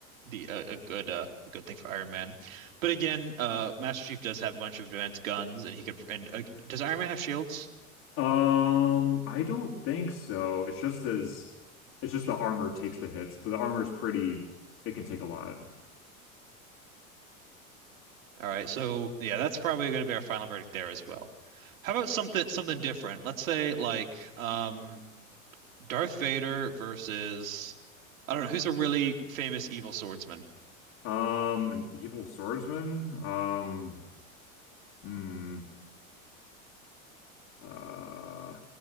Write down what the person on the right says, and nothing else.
the uh, a good uh, a good thing for Iron Man. But again, uh, Master Chief does have a bunch of advanced guns, and he could. And uh, does Iron Man have shields?
All right, so yeah, that's probably going to be our final verdict there as well. How about something something different? Let's say like um, Darth Vader versus I don't know who's a really famous evil swordsman.